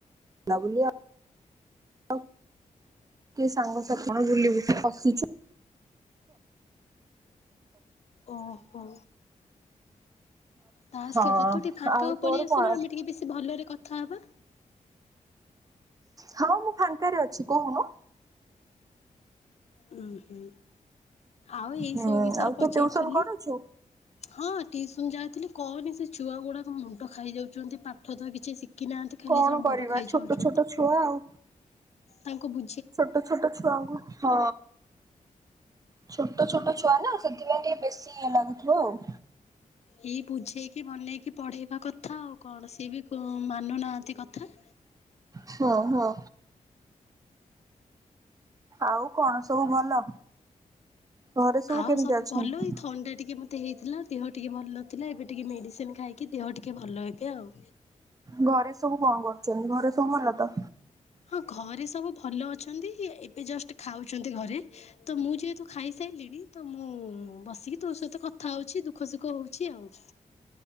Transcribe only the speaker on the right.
ବୁଲା ବୁଲି ଆଉ କିଏ ସାଙ୍ଗ ସାଥି ବୁଲିବୁ ହସୁଚୁ
ହଁ
ଆଉ ତୋର
କଣ
ହଁ ମୁଁ ଫାଙ୍କାରେ ଅଛି କହୁନୁ?
ହୁଁ
ଆଉ
ତୁ ଟିଉସନ କରୁଛୁ
କଣ
କରିବା
ଛୋଟ ଛୋଟ ଛୁଆ ଆଉ।
ଛୋଟ ଛୋଟ ଛୁଆଙ୍କୁ ହଁ ଛୋଟ ଛୋଟ ଛୁଆ ନା ସେଥିପାଇଁ ଟିକେ ବେଶୀ ଇଏ ଲାଗୁଥିବ ଆଉ।
ହଁ ହଁ ଆଉ କଣ ସବୁ ଭଲ। ଘରେ ସବୁ
କେମିତି ଅଛନ୍ତି?
ଘରେ ସବୁ କଣ କରୁଛନ୍ତି? ଘରେ ସବୁ ଭଲ ତ?